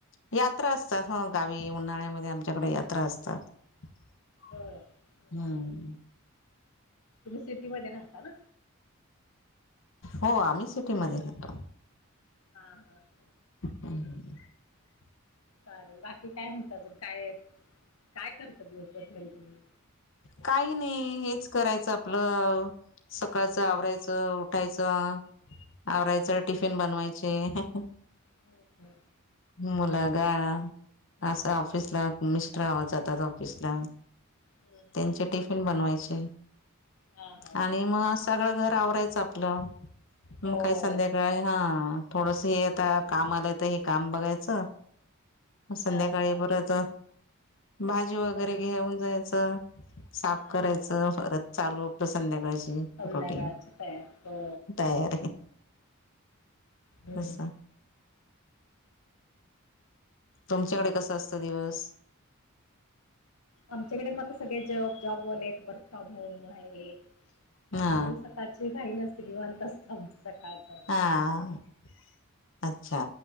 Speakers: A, on the left; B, on the left.
A: यात्रा असतात ह गावी उन्हाळ्यामध्ये आमच्याकडे यात्रा असतात. <inaudible>
B: होय हं, हं.
A: हम्म.
B: तुम्ही सिटीमध्ये राहता ना?
A: हो आम्ही सिटी मध्ये राहतो.
B: हा, हा, ह.
A: <inaudible>
B: चालेल बाकी काय म्हणता अजून काय काय करता दिवसभर घरी तुम्ही?
A: काही नाही हेच करायचं आपलं सकाळचं आवरायच उठायचं आवरायचं टिफिन बनवायचे <inaudible>
B: हं, हं,
A: मुला ग गा <unintelligible> अस ऑफिस ला मिस्टर आव जातात ऑफिसला.
B: हं, हं.
A: त्यांचे टिफिन बनवायचे
B: हां हां
A: आणि म आ सगळं घर सावरायचं आपलं म
B: हो
A: काय संध्याकाळी हा... थोडसं हे आता काम आलंय त हे काम बघायचं. संध्याकाळी
B: हां हां
A: परत भाजी वगरे
B: सं-
A: घेऊन जायचं. साफ
B: हां
A: करायचं.
B: हां
A: परत चालू आपलं संध्याकाळचं.
B: संध्याकाळची
A: रुटीन..
B: तयार हो
A: तयारे
B: हं.
A: बसा. तुमच्याकडे कसं असतं दिवस?
B: आमच्याकडे मात्र सगळे जॉ जॉबवाले आहेत वर्क फ्रॉम होम हाहे. त्यामुळे
A: हा
B: एवढी सकाळची घाई नसते. निवांत असतं आमचं सकाळचं.
A: हा अच्छा..